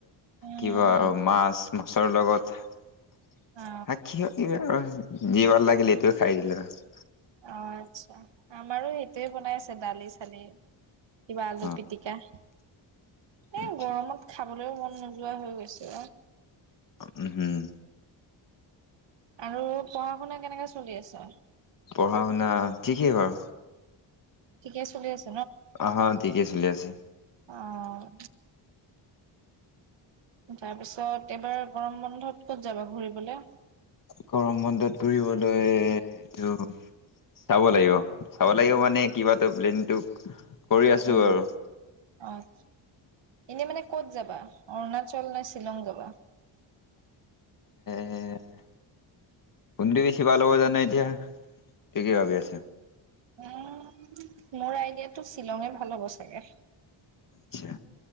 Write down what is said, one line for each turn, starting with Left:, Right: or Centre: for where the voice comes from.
Right: উম
Left: কিবা আৰু মাছ মাছৰ লগত
Right: অ
Left: <inaudible> যি ভাল লাগিলে সেইটো খাই দিলো আৰু
Right: অ আচ্ছা আমাৰো সেইটোৱে বনাই আছে দালি চালি। কিবা আলু
Left: অ
Right: পিটিকা। এ,
Left: আচ্ছা
Right: গৰমত খাবলৈও মন নোযোৱা হৈ গৈছে অ'।
Left: উম, হম।
Right: আৰু পঢ়া শুনা কেনেকাে চলি আছে?
Left: পঢ়া শুনা ঠিকে বাৰু।
Right: ঠিকে চলি আছ
Left: অহ, ঠিকেই চলি আছে।
Right: অ'। তাৰপিছত এইবাৰ গৰম বন্ধত ক'ত যাবা ঘুৰিবলে?
Left: গৰম বন্ধত ঘুৰিবলৈ এইটো চাব লাগিব, চাব লাগিব মানে কিবাতো প্লেনটোক কৰি আছোঁ
Right: উম।
Left: আৰু।
Right: আচ্ছা, এনে মানে ক'ত যাবা? অৰুণাচল নে শ্বিলং যাবা?
Left: এ' <unintelligible> কোনটো বেছি ভাল হ'ব জান নাই এতিয়া কি কি ভাবি আছো
Right: উম মোৰ আইডিয়াটো শ্বিলঙে ভাল হ'ব চাগে।
Left: আচ্ছা।